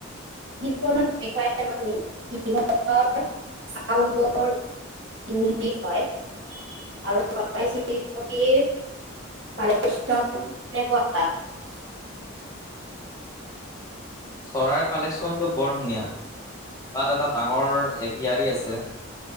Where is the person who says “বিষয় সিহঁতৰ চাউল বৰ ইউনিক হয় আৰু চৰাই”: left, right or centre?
Right